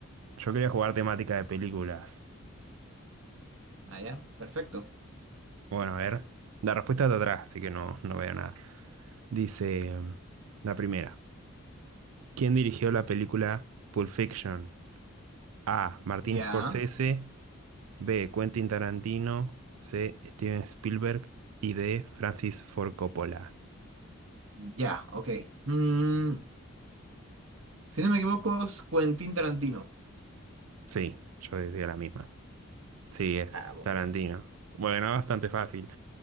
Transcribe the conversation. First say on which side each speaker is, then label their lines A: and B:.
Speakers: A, on the right (about 85°); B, on the right (about 70°).
A: Yo quería jugar temática de películas.
B: Ah, ya, perfecto.
A: Bueno, a ver, la respuesta está atrás, así que no, no veo nada. Dice mm, la primera, ¿quién dirigió la película Pulp Fiction? A. Martin
B: Ya,
A: Scorsese, B. Quentin Tarantino, C. Steven Spielberg y D. Francis Ford Coppola.
B: ya, ok. Mm, si no me equivoco, es Quentin Tarantino.
A: Sí, yo decía la misma. Sí, es
B: Ah, muy
A: Tarantino.
B: bien.
A: Bueno, bastante fácil.